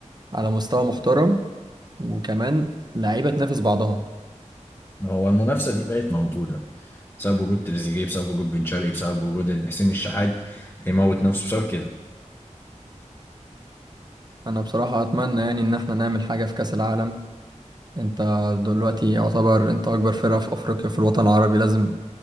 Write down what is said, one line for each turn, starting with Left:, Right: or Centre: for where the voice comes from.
Right: على مستوى محترم وكمان لعيبة تنافس بعضها
Left: هو المنافسه دي بقت موجوده بسبب وجود تريزيجيه بسبب وجود بن شرقي بسبب وجود ان حسين الشحات هيموت نفسه بسبب كده
Right: أنا بصراحة أتمنى يعني إن احنا نعمل حاجة في كأس العالم أنت دلوقتي يعتبر أنت أكبر فرقة في أفريقيا في الوطن العربي لازم